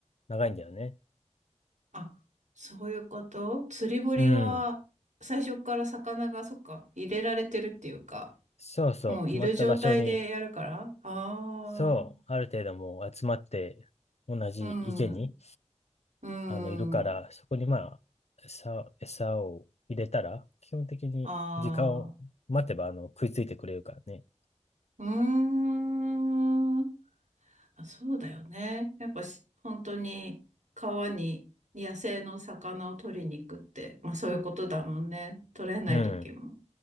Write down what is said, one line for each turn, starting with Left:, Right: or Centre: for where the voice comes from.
Left: 長いんだよね。
Right: あ、そういうこと釣り堀は、
Left: うん。
Right: 最初から魚が、そっか、入れられてるっていうか、
Left: そうそう。
Right: もういる状態でやるから。
Left: 決まった場所に、
Right: ああ。
Left: そう、ある程度もう集まって、同じ池に
Right: うん。うー
Left: あの、いるから、
Right: ん。
Left: そこにまあ、餌、餌を入れたら、基本的に時間を待てば、
Right: ああ。
Left: あの、食いついてくれるからね。
Right: うーん。あ、そうだよね。やっぱし、本当に川に野生の魚を取りに行くって、まあそういうことだもんね。取れない時も
Left: うん。